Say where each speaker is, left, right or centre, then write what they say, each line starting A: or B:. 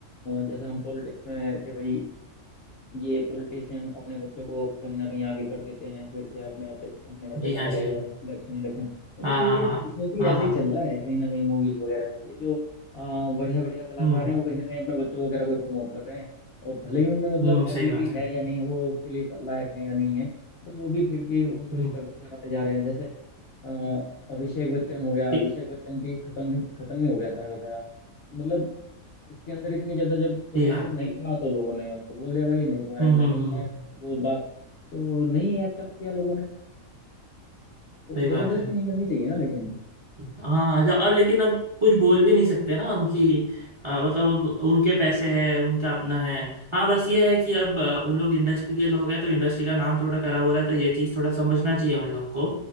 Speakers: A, on the left (about 65°); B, on the right (about 40°).
A: जैसे हम पॉलिटिक्स में कि भाई ये पॉलिटिशियन अपने बच्चों को कहीं ना कहीं आगे कर देते हैं फिर क्या मेरा बे, मेरा बेटा
B: जी हाँ
A: लड़ेगा
B: जी हाँ।
A: इलेक्शन इलेक्शन मतलब
B: हाँ
A: ये
B: हाँ हाँ
A: इसमें भी
B: हाँ
A: ऐसा
B: हाँ
A: ही चल रहा है कहीं ना कहीं मूवीज वगैरह में भी जो आ, बढ़िया बढ़िया कलाकार
B: हम्म
A: हैं वो कहीं ना कहीं अपने बच्चों वगैरह को प्रमोट कर रहे हैं और भले ही उनमें मतलब
B: हम्म
A: एबिलिटी
B: सही बात है
A: है या नहीं है वो उसके लिए लायक है या नहीं है बस वो भी फिर भी उनको
B: हम्म
A: ये कर, कराते जा रहे हैं जैसे आ, अभिषेक बच्चन हो गया
B: ठीक
A: अभिषेक बच्चन की खत्म भी खत्म ही हो गया सारा का सारा मतलब उसके अंदर इतनी ज्यादा जब पोटेंशियल
B: ठीक है
A: नहीं था तो लोगों ने उसको बोल दिया भाई नहीं तुम्हारे
B: हम्म
A: अंदर
B: हम्म
A: नहीं
B: हम्म
A: है वो बात तो नहीं एक्सेप्ट किया लोगों ने तो
B: सही बात
A: जबरदस्ती
B: है
A: नहीं करनी चाहिए ना लेकिन
B: हाँ जब अब लेकिन अब कुछ बोल भी नहीं सकते ना हम कि आ, मतलब अब उनके पैसे हैं उनका अपना है हाँ बस ये है कि अब आ, उन लोग इंडस्ट्री के लोग हैं तो इंडस्ट्री का नाम थोड़ा खराब हो रहा है तो ये चीज़ थोड़ा समझना चाहिए उन लोग को